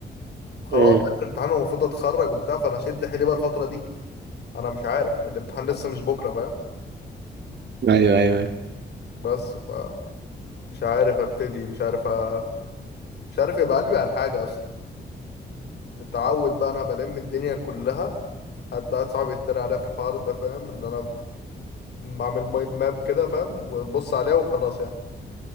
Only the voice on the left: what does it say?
خلاص
ده الامتحان المفروض اتخرج وبتاع فانا شد حيلي بقى الفترة دي انا مش عارف الامتحان لسه مش بكرة فاهم
بس ف مش عارف ابتدي مش عارف أ... مش عارف يبقى قلبي على حاجة اصلا متعود بقى انا بلم الدنيا كلها حد قاعد صاحبي يتريق عليا في الحوار ده فاهم ان انا بعمل مايند ماب كده فاهم وببص عليها وخلاص يعني